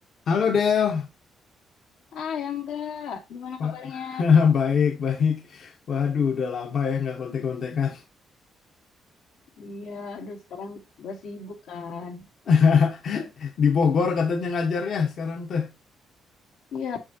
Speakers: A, on the left; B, on the left.
A: Halo Del,
B: Ah, yang enggak. Gimana
A: Pak.
B: kabarnya?
A: <laughs> Baik, baik. Waduh, udah lama ya nggak kontek-kontekan.
B: Iya, aduh sekarang gue sibuk kan.
A: <laughs> Di Bogor katanya ngajar ya sekarang teh.
B: Iya,